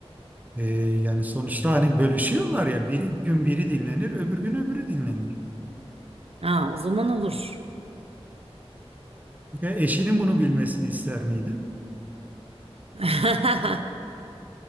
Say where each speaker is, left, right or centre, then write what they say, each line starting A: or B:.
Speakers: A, on the right; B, on the right.
A: Ee, yani sonuçta hani bölüşüyorlar ya, bir gün biri dinlenir, öbür gün öbürü dinlenir.
B: Ha, o zaman olur.
A: Ya eşinin bunu bilmesini ister miydin?
B: <laughs>